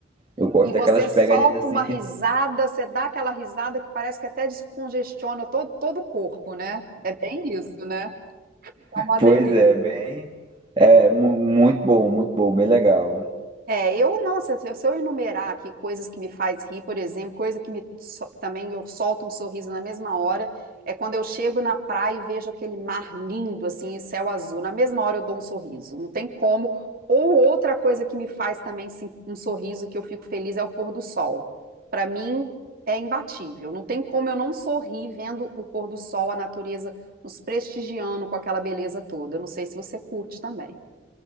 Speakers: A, on the right (about 25°); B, on the right (about 50°).
A: Eu gosto
B: E
A: daquelas
B: você solta
A: pegarias assim
B: uma
A: que,
B: risada, você dá aquela risada que parece que até descongestiona todo, todo o corpo, né? É bem isso, né? É uma
A: pois
B: delícia.
A: é, bem, é mu- muito bom, muito bom, bem legal.
B: É, eu, nossa, se eu se eu enumerar aqui coisas que me faz rir, por exemplo, coisa que me so- também eu solto um sorriso na mesma hora, é quando eu chego na praia e vejo aquele mar lindo, assim, e céu azul. Na mesma hora eu dou um sorriso, não tem como. Ou outra coisa que me faz também sim, um sorriso que eu fico feliz é o pôr do sol. Para mim é imbatível, não tem como eu não sorrir vendo o pôr do sol, a natureza nos prestigiando com aquela beleza toda. Eu não sei se você curte também.